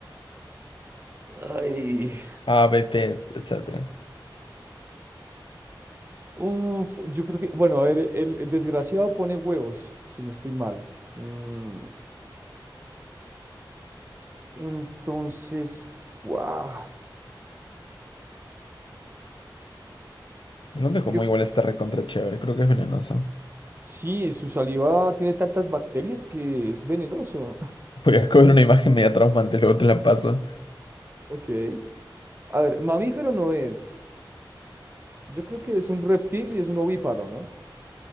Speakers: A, on the right; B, on the left.
A: Ay.
B: AVPs, etcétera.
A: Uf, yo creo que, bueno, a ver, el, el desgraciado pone huevos, si no estoy mal. Mm, entonces, guau,
B: dónde como
A: yo,
B: igual está recontra chévere, creo que es venenoso.
A: sí, su saliva tiene tantas bacterias que es venenoso.
B: <laughs> Voy a coger
A: <laughs>
B: una imagen media traumante, luego te la paso.
A: Ok. A ver, mamífero no es. Yo creo que es un reptil y es un ovíparo, ¿no?